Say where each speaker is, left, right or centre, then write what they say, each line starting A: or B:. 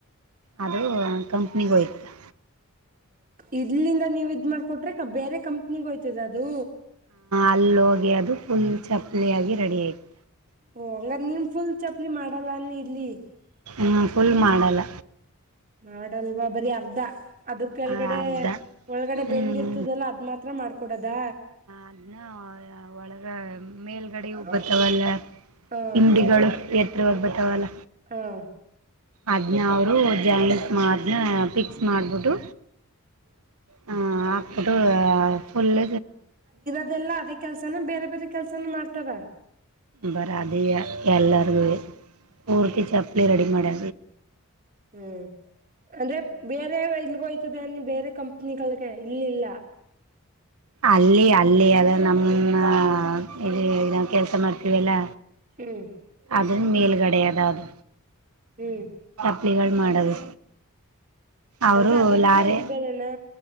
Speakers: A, on the right; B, on the right.
A: ಅದು ಕಂಪ್ನಿಗ ಹೋಯ್ತ್ತುು
B: ಇಲ್ಲಿಂದ ನೀವು ಇದ್ ಮಾಡ್ಕೊಟ್ರೆ ಬೇರೆ ಕಂಪ್ನಿಿಗೆ ಹೋಯ್ತದ ಅದು
A: ಅಲ್ಲೋಗಿ ಅದು ಫುಲ್ ಚಪ್ಪಲಿಯಾಗಿ ರೆಡಿ ಆಯಿತು
B: ಓ ಹಂಗಾರ ನಿಮ್ ಫುಲ್ ಚಪ್ಲಿ ಮಾಡಲ್ಲ ನೀ ಇಲ್ಲಿ
A: ನಾನ್ ಫುಲ್ ಮಾಡಲ್ಲ
B: ಹಾಡಲ್ವಾ ಬರಿೀ ಅರ್ಧ ಅದಕ್ಕೆ ಕೆಳಗಡೆ
A: ಆ, ಅರ್ಧ
B: ಒಳಗಡೆ
A: ಹ್ಞೂ
B: ಬೆಂದ್ಿರ್ತದಲ್ಲ ಅದ ಮಾತ್ರ ಮಾಡ್ಕೊಡದ
A: ಅದನ್ನ ಒಳಗೆ ಮೇಲ್ಗಡ
B: ಹಲೋ
A: ಬತಾವಲ್ಲ
B: ಹಾ
A: ಹಿಂಡಿಗಳು ಎತ್ರವಾಗ ಬತಾವಲ್ಲ
B: ಹೂ
A: ಅದ್ನೇ ಅವ್ರು ಜಾಯಿಂಸ್ ಮಾಡನ್ನ ಫಿಕ್ಸ್ ಮಾಡಿಬಿಟ್ಟು ಹ ಹಾಕಿಬಿಟ್ಟು ಫುಲ್ುಲ್
B: ಅದೆಲ್ಲಾ ಅದೇ ಕೆಲ್ಸನ ಬೇರೆ ಬೇರೆ ಕೆಲ್ಸನ ಮಾಡ್ತಾರ
A: ಬರಾದಿ ಆ ಎಲ್ಲರ್ಗುವೆ ಪೂರ್ತಿ
B: ಹ್ಮ್
A: ಚಪ್ಲಿ ರೆಡಿ ಮಾಡಿ
B: ಹ್ಮ್ ಅಂದ್ರೆ ಬೇರೆ ಇಲ್ಗೋಯ್ತದೆ ಅ ಬೇರೆ ಕಂಪ್ನಿಗಳಗೆ ಇಲ್ಲಿಲ್ಲ
A: ಅಲ್ಲಿ ಅಲ್ಲಿ ಅದ ನಮ್ಮ ಇಲ್ಲಿ ಕೆಲ್ಸ ಮಾಡ್ತವಿ ಅಲ್ಲ
B: ಹ್ಮ್
A: ಅದನ್ನ ಮೇಲ್ಗಡೆಯದ ಅದು
B: ಹ್ಮ್
A: ಹಗಳು ಮಾಡದು ಅವರು
B: ಅಂದ್ರೆ ಅದು
A: ಲಾರಿ
B: ಬೇರೆ ಇದು ಬೇರೆನಾ